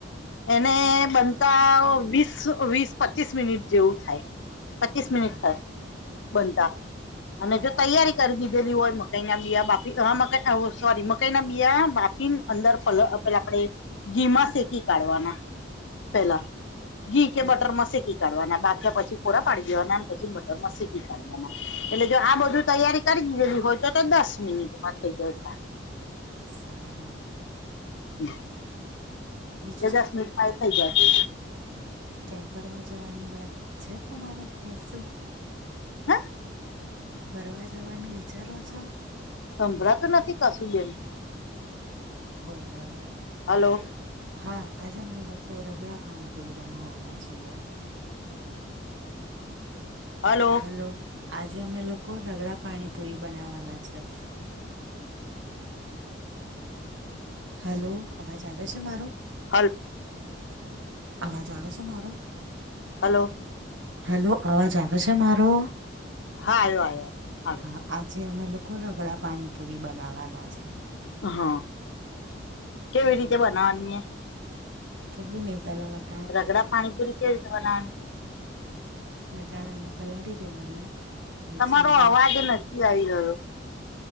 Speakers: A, on the left (about 70°); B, on the right (about 90°).
A: એને બનતા વીસ વીસ પચીસ મિનિટ જેવું થાય. પચીસ
B: બરાબર
A: મિનિટ થાય બનતા અને
B: બરાબર
A: જો તૈયારી કરી દીધેલી હોય મકાઈ ના બીયા બાફી, મકા સોરી મકાઈ ના બીયા બાફી અંદર પેલા આપડે ઘીમા શેકી કાઢવાના પેલા. ઘી કે
B: ઓકે
A: બટરમાંસેકી કાઢવાના બાકીયા પછી કોરા પાડી દેવાના પછી બટરમાંસેકી કાઢવાના. એટલે જો આ બધું તૈયારી કરી દીધેલી હોય તો તો દસ મિનિટમાં થઇ જશે.
B: સારું.
A: હમ
B: બી
A: એ દસ મિનટ પાય થઈ જાય.
B: ક્યાં ફરવા જવાની વાત છે તમારે કે શું?
A: હ
B: ફરવા જવાનું વિચારો છો?
A: સંભળાતું નથી કશું બેન.
B: બરાબર.
A: હલો
B: હા આજે અમે લોકો રગડા પાણીપુરી બનાવવાના છીએ.
A: હલો
B: હાલો, આજે અમે લોકો રગડા પાણીપુરી બનાવાના છે. હલો અવાજ આવે છે મારો?
A: હલો.
B: અવાજ આવે છે મારો?
A: હલો.
B: હેલો, અવાજ આવે છે મારો?
A: હા આયો આયો આવ્યો.
B: હા આજે અમે લોકો રગડા પાણીપુરી બનાવવાના છે.
A: હા, કેવી રીતે બનાવાની એ?
B: કહિ નહી પેલા વાટ
A: રગડા પાણીપુરી કેવી રીતે બનાવાની?
B: વટાણા ને પલાળી દેવાના પછી
A: તમારો અવાજ નથી આવી રહ્યો.